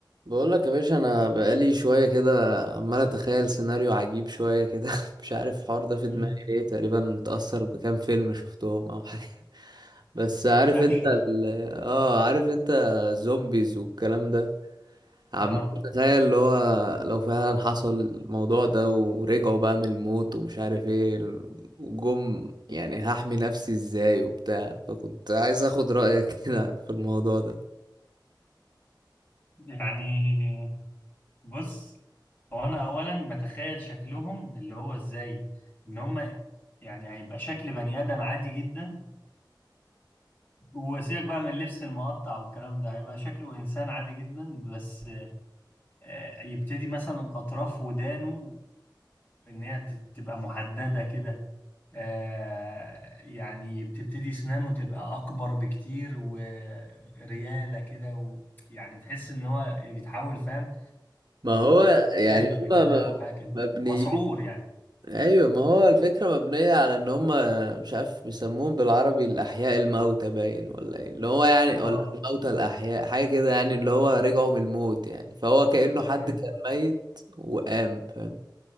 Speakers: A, on the right; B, on the left.
A: بقول لك يا باشا انا بقالي شويه كده عمال اتخيل سيناريو عجيب شويه كده <laughs> مش عارف الحوار ده في
B: مم.
A: دماغي ليه تقريبا متاثر بكام فيلم شفتهم او حاجه <laughs> بس عارف
B: ابشر
A: انت ال... اه عارف انت الزومبيز والكلام ده عمال
B: اه
A: اتخيل اللي هو لو فعلا حصل الموضوع ده ورجعوا بقى من الموت ومش عارف ايه وجم يعني هحمي نفسي ازاي وبتاع فكنت عايز اخد رايك <laughs> كده في الموضوع ده
B: يعني بص هو انا اولا بتخيل شكلهم اللي هو ازاي ان هم يعني هيبقى شكل بني ادم عادي جدا وسيبك بقى من اللبس المقطع والكلام ده هيبقى شكله انسان عادي جدا بس آه، يبتدي مثلا اطراف ودانه وان هي تت- تبقى محدده كده آه يعني بتبتدي سنانه تبقى أكبر بكتير وريالة كده و- يعني تحس إن هو بيتحول فاهم
A: ما هو يعني
B: كلب
A: هما
B: كده
A: ما-
B: أو حاجة كده
A: مبنيين
B: مسعور يعني
A: ايوه ما هو الفكره مبنيه على ان هم مش عارف بيسموهم بالعربي الاحياء الموتى باين ولا ايه اللي هو يعني
B: اه
A: ولا الموتى الاحياء حاجه كده يعني اللي هو رجعوا من الموت يعني فهو كانه حد
B: امم
A: كان ميت وقام فاهم